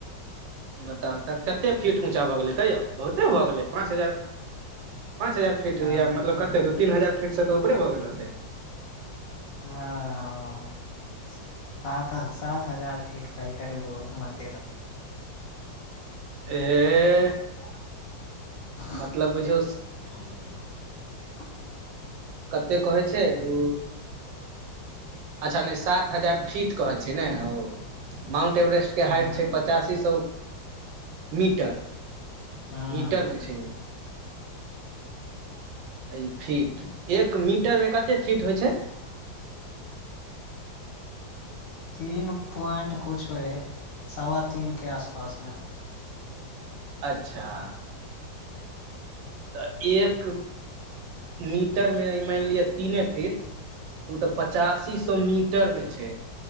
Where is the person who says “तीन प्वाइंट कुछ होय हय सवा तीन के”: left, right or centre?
Left